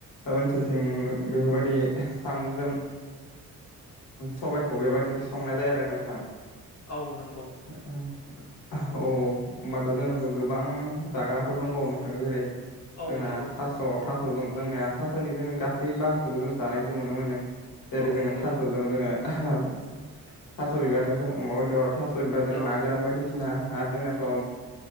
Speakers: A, on the left; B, on the left.
A: ओनसोलथिं बेफोर बायदि सामजों सबाइखौ बेबायादिनो संनाय जायो आरो नोंथां।
B: औ नंगौ।
A: औ। <inaudible> अ होमबाथ' जोंनाथ' गोबां जाग्राफोर दंबावो नोंथां जेरै
B: औ
A: जोंना
B: नंगौ
A: थास' थास'जों जोंनाया थास'नि जोङो गासै बाहागोखौबो जों जानायखौ नुनो मोनो। जेरै
B: औ
A: जोङो
B: नंगौ
A: थास'जों जोङो थास' बिबारजों जों अमा बेदर थास' बिबार जों
B: औ
A: ना गोरान बायदिसिना आरो जोंनाथ'
B: औ